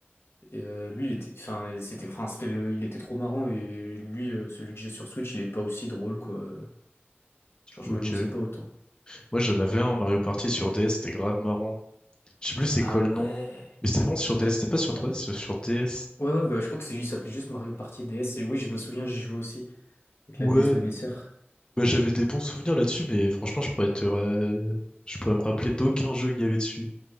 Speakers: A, on the left; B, on the left.
A: Et, euh, lui, il était... Enfin, c'était... Enfin, c'était le- Il était trop marrant et lui, euh, celui que j'ai sur Switch, il est pas aussi drôle, quoi. Genre,
B: Ok.
A: je m'amusais pas autant.
B: Moi, j'en avais un, Mario Party sur DS, c'était grave marrant. Je sais plus c'est
A: Ah
B: quoi
A: ouais!
B: le nom. Mais c'était vraiment sur DS,
A: Bah,
B: c'était pas sur trois D c'était sur DS.
A: ouais, ouais, bah, je crois que c'est... il s'appelait juste Mario Party DS. Et oui, je me souviens, j'y jouais aussi avec
B: Ouais,
A: la DS de mes sœurs.
B: bah, j'avais des bons souvenirs là-dessus, mais franchement, je pourrais te, ra- je pourrais me rappeler d'aucun jeu qu'il y avait dessus.